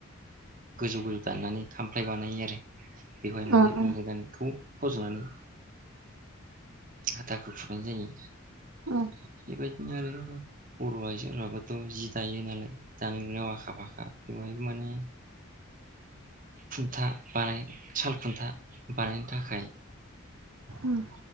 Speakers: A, on the right; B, on the right.
A: गोजौ गोजौ दाननानै खामफ्लाय बानायो आरो बेवहाय माने
B: उम
A: हौवा
B: उम
A: गोदानखौ फजनानै हाथाखौ थुनाय जायो।
B: उम
A: बेबायदिनो आरो बर' आइजोफोराबोथ' जि दायो नालाय दानाय लुनायाव आखा फाखा बेवहायबो माने खुन्था बानाय साल गुन्था बानायनो थाखाय
B: उम